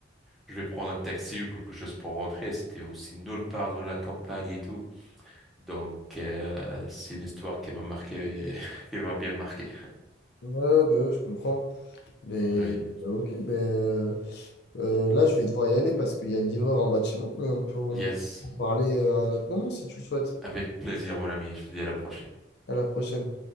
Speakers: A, in the centre; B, on the left.
A: je vais prendre un taxi ou quelque chose pour rentrer. C'était aussi nulle part dans la campagne et tout. Donc, euh, c'est une histoire qui m'a marqué, <laughs> qui m'a bien marqué.
B: Ouais, bah ouais, je comprends. Mais
A: Oui.
B: euh, ok, ben euh, euh, là, je vais devoir y aller parce qu'il y a le livreur en bas de chez moi, mais on peut, on
A: Yes.
B: peut en parler euh, à un autre moment si tu le souhaites.
A: Avec plaisir, mon ami. Je te dis à la prochaine.
B: À la prochaine.